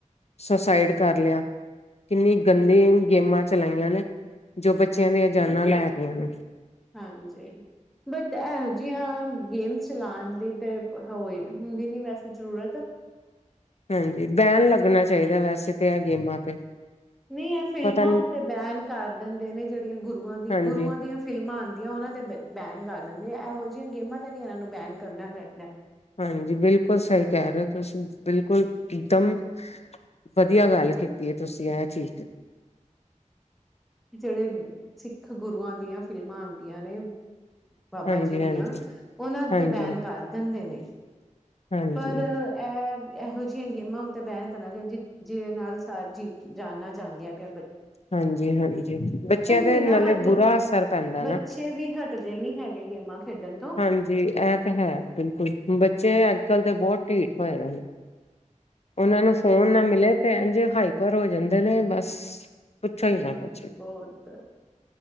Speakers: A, on the left; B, in the centre.
A: ਸੁਸਾਇਡ ਕਰ ਲਿਆ, ਕਿੰਨੀ ਗੰਦੇ ਗੇਮਾਂ ਚਲਾਈਆਂ ਨੇ, ਜੋ ਬੱਚਿਆਂ ਦੀਆਂ ਜਾਨਾਂ ਲੈ ਰਹੀਆਂ ਨੇ।
B: ਹਾਂਜੀ, ਬਟ ਇਹੋ ਜਿਆਂ ਗੇਮਸ ਚਲਾਉਣ ਦੀ ਤੇ ਹੋਈ, ਹੁੰਦੀ ਨੀ ਵੈਸੇ ਜ਼ਰੂਰਤ
A: ਹਾਂਜੀ, ਬੈਣ ਲੱਗਣਾ ਚਾਹੀਦਾ ਵੈਸੇ ਤਾਂ, ਗੇਮਾਂ ਤੇ।
B: ਨਹੀਂ ਇਹ ਫਿਲਮਾਂ
A: ਪਤਾ ਨੀ
B: ਉੱਤੇ ਬੈਨ ਕਰ ਦਿੰਦੇ ਨੇ, ਜਿਹੜੀਆਂ ਗੁਰੂਆਂ ਦੀ
A: ਹਾਂਜੀ
B: ਗੁਰੂਆਂ ਦੀਆਂ ਫਿਲਮਾਂ ਆਉਂਦੀਆਂ, ਉਹਨਾਂ ਤੇ ਬੈਨ ਕਰ ਦਿੰਦੇ ਇਹੋ ਜਿਹੀਆਂ ਗੇਮਾਂ ਤਾਂ ਵੀ ਇਹਨਾਂ ਨੂੰ, ਬੈਨ ਕਰਨਾ ਚਾਹੀਦਾ।
A: ਹਾਂਜੀ, ਬਿਲਕੁਲ ਸਹੀ ਕਹਿ ਰਹੇ ਤੁਸੀਂ, ਬਿਲਕੁਲ ਇਕਦਮ ਵਧੀਆ ਗੱਲ ਕੀਤੀ ਹੈ ਤੁਸੀਂ, ਇਹ ਚੀਜ਼ ਤੇ।
B: ਜਿਹੜੇ ਸਿੱਖ ਗੁਰੂਆਂ ਦੀਆਂ ਫਿਲਮਾਂ ਆਉਂਦੀਆਂ ਨੇ ਬਾਬਾ
A: ਹਾਂਜੀ
B: ਜੀ ਦੀਆਂ,
A: ਹਾਂਜੀ
B: ਉਹਨਾਂ
A: ਹਾਂਜੀ
B: ਤੇ ਬੈਨ ਕਰ ਦਿੰਦੇ ਨੇ।
A: ਹਾਂਜੀ
B: ਪਰ ਇਹ ਇਹੋ ਜਿਹੀ ਗੇਮਾਂ ਉੱਤੇ ਬੈਨ ਕਰਨਾ, ਚ ਜ ਜਿਹਦੇ ਨਾਲ ਸ ਜੀ ਜਾਣਨਾ ਜਾਂਦੀਆਂ ਪਿਆ
A: ਹਾਂਜੀ, ਹਾਂਜੀ ਬੱਚਿਆਂ ਦੇ
B: ਨੀ
A: ਨਾਲੇ
B: ਨਾ ਹਟ ਰਹੇ
A: ਬੁਰਾ ਅਸਰ ਪੈਂਦਾ
B: ਬੱਚੇ
A: ਨਾ,
B: ਵੀ ਹਟਦੇ ਨੀ ਹੈਗੇ ਗੇਮਾਂ ਖੇਡਣ ਤੋਂ
A: ਹਾਂਜੀ ਇਹ ਤਾਂ ਹੈ ਬਿਲਕੁਲ ਬੱਚੇ ਅੱਜ ਅਜਕਲ ਤੇ ਬਹੁਤ ਢੀਠ ਹੋਏ ਹਨ। ਉਹਨਾਂ ਨੂੰ ਫੋਨ ਨਾ ਮਿਲੇ, ਤੇ ਇਂਜ ਹਾਈਪਰ ਹੋ ਜਾਂਦੇ ਨੇ ਬਸ ਪੁੱਛੋ ਹੀ ਨਾ ਕੁਛ
B: ਬਹੁਤ,